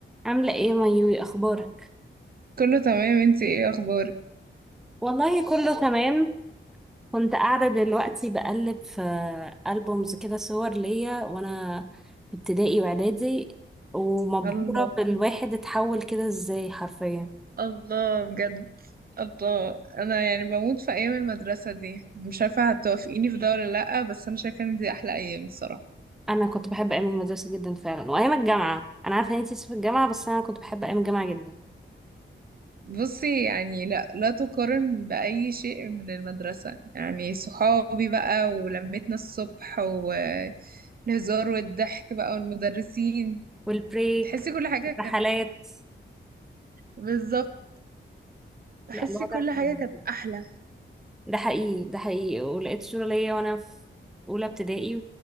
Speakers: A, in the centre; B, on the right.
A: عاملة ايه مايوي اخبارك
B: كله تمام انتي ايه اخبارك
A: والله كله تمام كنت قاعدة دلوقتي بقلب في ألبومز كده صور ليا وانا في ابتدائي واعدادي ومبهورة
B: الله
A: بالواحد اتحول كده ازاي حرفيا
B: الله بجد الله انا يعني بموت في ايام المدرسه دي مش عارفه هتوافقيني في ده ولا لا بس انا شايفه ان دي احلى ايام الصراحه
A: انا كنت بحب ايام المدرسة جدا فعلا وايام الجامعة انا عارفة ان انتي في الجامعة بس انا كنت بحب ايام الجامعة جدا
B: بصي يعني لا لا تقارن باي شيء من المدرسه يعني صحابي بقى ولمتنا الصبح والهزار والضحك بقى والمدرسين
A: والبريك
B: تحسي كل حاجه
A: والرحلات
B: كانت بالظبط تحسي
A: لا الوضع
B: كل
A: كان
B: حاجه
A: لذيذ.
B: كانت احلى
A: ده حقيقي ده حقيقي ولقيت صورة ليا وانا في أولى ابتدائي